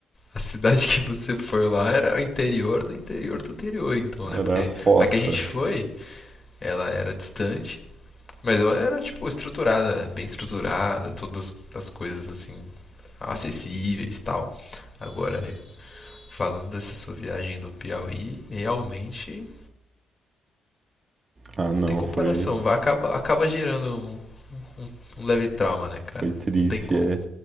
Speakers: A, on the left (about 30°); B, on the right (about 35°).
A: a cidade que você foi lá era o interior do interior do interior, então, né?
B: Era
A: Porque
B: roça.
A: a que a gente foi, ela era distante, mas ela era, tipo, estruturada, bem estruturada, todas as coisas, assim, acessíveis e tal. Agora, é, falando dessa sua viagem do Piauí, realmente
B: Ah, não,
A: tem comparação.
B: foi
A: Vai- Acaba, acaba gerando um, um- um leve trauma, né, cara?
B: Foi triste,
A: Não tem como.
B: é.